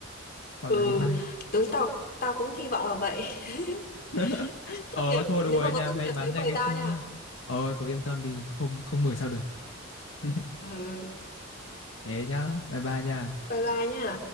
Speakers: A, on the left; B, on the left.
A: hoặc
B: ừ,
A: là đến mai
B: đúng tao tao cũng hy vọng là vậy. <laughs>
A: <laughs>
B: Tốt
A: ờ
B: nghiệp,
A: thôi được
B: nếu
A: rồi
B: mà
A: nha
B: có tốt
A: may
B: nghiệp
A: mắn
B: nhớ
A: nha
B: mời
A: nghe
B: tao
A: chưa
B: nha.
A: ờ rồi yên tâm đi không không mười sao được <laughs>
B: Ừ,
A: thế nhá bye bye nha
B: bye bye nha.